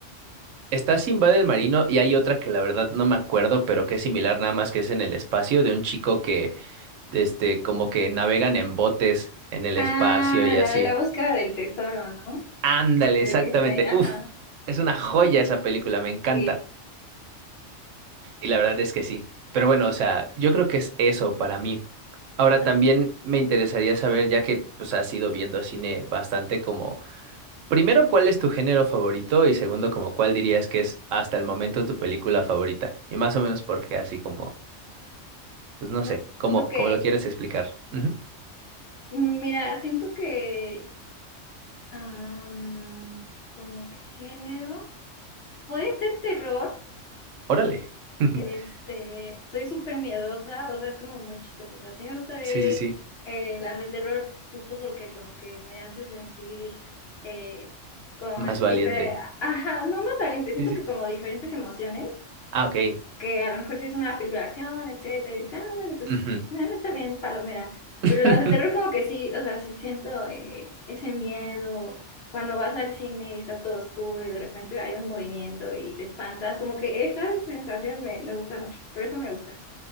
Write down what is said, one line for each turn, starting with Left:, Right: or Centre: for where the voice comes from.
Right: está Simba del Marino y hay otra que la verdad no me acuerdo, pero que es similar nada más que es en el espacio de un chico que, este, como que navegan en botes en el
Left: Ah,
Right: espacio y así.
Left: la de la búsqueda del tesoro, ¿no?
Right: Ándale,
Left: De
Right: exactamente.
Left: Disney, ajá.
Right: Uf, es una joya esa película, me encanta.
Left: Sí.
Right: Y la verdad es que sí. Pero bueno, o sea, yo creo que es eso para mí. Ahora
Left: Ah,
Right: también me interesaría saber, ya que pues has ido viendo cine bastante como, primero, ¿cuál es tu género favorito? Y segundo, como, ¿cuál dirías que es hasta el momento tu película favorita? Y más o menos porque así como, pues no
Left: o-
Right: sé, como,
Left: ok.
Right: como lo quieres explicar. Ujú.
Left: Mira, siento que, am, como que género, puede ser terror.
Right: Órale. <laughs>
Left: Este, soy súper miedosa, o sea, es como muy chistoso. O sea, sí me gusta ver
Right: Sí, sí, sí.
Left: eh, las de terror justo porque como que me hace sentir eh, como
Right: Más valiente.
Left: diferente, ajá, no más valiente, siento
Right: Sí, sí.
Left: que como diferentes emociones
Right: Ah, ok.
Left: que a lo mejor si es una película de acción, etcétera, y dices, ah, bueno, pues
Right: Ujú.
Left: <laughs> está bien, palomera.
Right: <laughs>
Left: Pero las de terror como que sí, o sea, sí siento eh, ese miedo. Cuando vas al cine y está todo oscuro y de repente hay un movimiento y te espantas, como que esa sensación me, me gusta mucho, por eso me gusta.